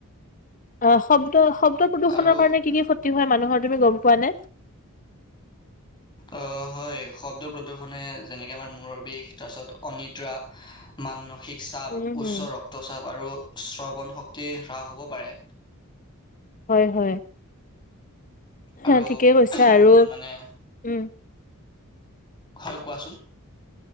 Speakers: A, on the left; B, on the left.
A: অ' অসম শব্দ প্ৰদূষণৰ
B: আৰু
A: কাৰণে কি কি ক্ষতি হয় মানুহৰ তুমি গম পোৱা নে?
B: অ' হয় শব্দ প্ৰদূষনে যেনেকে আমাৰ মূৰৰ বিষ তাৰপিছত অনিদ্ৰা মানসিক চাপ,
A: উম হম
B: উচ্চ ৰক্তচাপ আৰু স্ৰ শক্তি হ্ৰাস হ'ব পাৰে।
A: হয় হয়।
B: আৰু
A: অ' ঠিকেই কৈছা আৰু উম।
B: মানে হয় কোৱাচোন?